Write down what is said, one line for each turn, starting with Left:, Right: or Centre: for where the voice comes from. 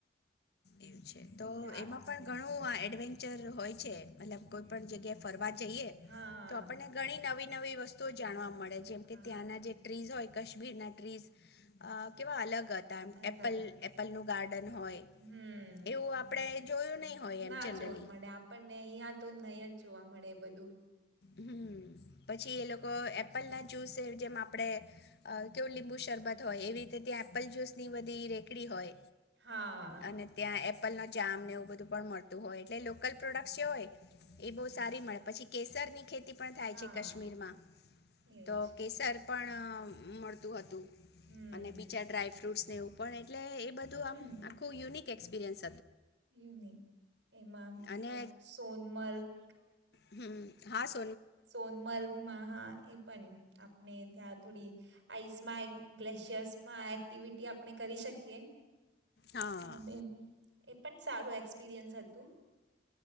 Left: એવું છે તો
Right: ત્યાં
Left: એમાં પણ ઘણો નું આ એડવેન્ચર હોય છે મતલબ કોઈ પણ જગ્યા ફરવા જઈએ
Right: હા
Left: તો આપણને ઘણી નવી નવી વસ્તુઓ જાણવા મળે આપડે જેમ
Right: હા
Left: કે ત્યાંના જે ટ્રીઝ હોય કશ્મીર નટ <unintelligible> કેવા અલગ <unintelligible>
Right: અલગ
Left: એપલ
Right: હત
Left: એપલ નું ગાર્ડન હોય.
Right: હમ
Left: એવું આપણે જોયું નહીં હોય
Right: ના
Left: એમ જનરલી
Right: જોવા મળે આપણને અહિયાં તો નય જ જોવા મળે એ બધું.
Left: હમ પછી એ લોકો એપ પેલા જ્યુસે જેમ આપડે અ કેવું લીંબુ શરબત હોય એવી રીતે ત્યાં એપલ જ્યુસ ની બધી રેકડી હોય.
Right: હા
Left: અને ત્યાં એ પેલા જામ ને એવ બધું પણ મળતું હોય એટલે લોકલ પ્રોડક્ટ જે હોય એ બઉ સારી મળે પછી કેસર ની ખેતી પણ થાય
Right: હા
Left: છે કાશ્મીરમાં
Right: એજ
Left: તો કેસર પણ મળતું હતું.
Right: હમ
Left: અને બીજા ડ્રાયફ્રૂટ એ પણ એક એટલે એ બધું
Right: હમ
Left: આમ આખું યુનિક એક્સપેરિએન્સ.
Right: યુનિક એમાં
Left: અને
Right: સોનમર્ગ
Left: હમ્મ. હાસ
Right: સોનમર્ગ માં હા એ પણ આપણે ત્યાં થોડી આઈસમાં ગ્લેશિયર્સમાં એક્ટિવિટી આપણે કરી શકીએ.
Left: હા
Right: હમે એ પણ સારું એક્સપિરિયન્સ હતું.